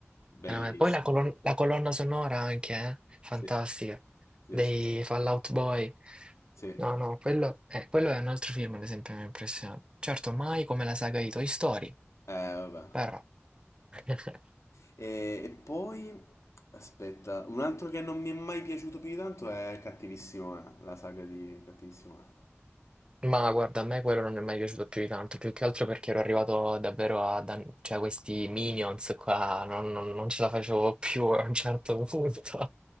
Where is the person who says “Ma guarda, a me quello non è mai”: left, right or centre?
Right